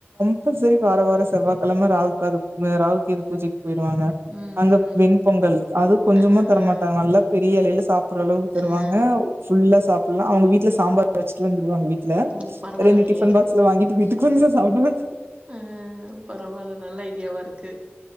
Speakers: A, on the right; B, on the right.
A: அப்ப சரி வார வார செவ்வாக்கெழம ராவு காது ம்அ ராவுக் கேது பூஜைக் போய்டுவாங்க
B: ம்
A: அங்க
B: ம்
A: வெண்பொங்கல் அது கொஞ்சமா
B: ஆ
A: தரமாட்டாங்க
B: ஆ
A: நல்லா பெரிய எலைல சாப்புற அளவுக்கு தருவாங்க
B: ஆ
A: ஃபுல்லா சாப்புல்லா அவுங்க வீட்ல சாம்பார் வச்சுட்டு வந்துருவாங்க வீட்ல
B: ஓ பரவால்லையே
A: ரெண்டு டிஃபன் பாக்ஸ் ல்ல வாங்கிட்டு வீட்டுக்கு வந்துருவ சாப்புடுவாங்க
B: அ அ பரவால நல்ல ஐடியாவாருக்கு